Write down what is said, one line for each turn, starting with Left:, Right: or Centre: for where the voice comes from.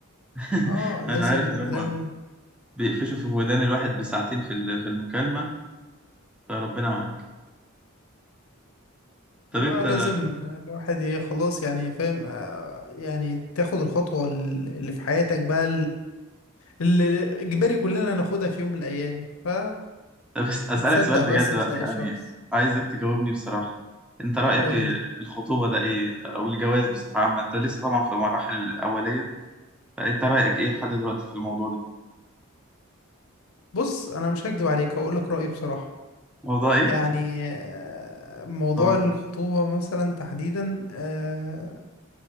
Centre: <laughs>
Left: اه لازم
Centre: انا عارف ان
Left: لازم
Centre: هم بيقفشوا في ودان الواحد بساعتين في ال- في المكالمة فربنا معاك طب
Left: اه
Centre: انت
Left: لازم الواحد ايه خلاص يعني فاهم آه، يعني تاخد الخطوة ال- اللي في حياتك بقى اللي إجباري كلنا هناخدها في يوم من الأيام ف
Centre: <laughs> بس اسالك
Left: بتصدق
Centre: سؤال بجد
Left: بس تلاقي
Centre: بقى يعني
Left: شخص
Centre: عايزك تجاوبني بصراحة انت رأيك
Left: قول
Centre: إيه
Left: لي
Centre: الخطوبة ده ايه او الجواز بصفة عامة انت لسه طبعا في المراحل الأولية فانت رأيك ايه لحد دلوقتي في الموضوع ده
Left: بص أنا مش هكدب عليك هقول لك رأيي بصراحة
Centre: موضوع ايه
Left: يعني آه، موضوع
Centre: اه
Left: الخطوبة مثلا تحديدا آه،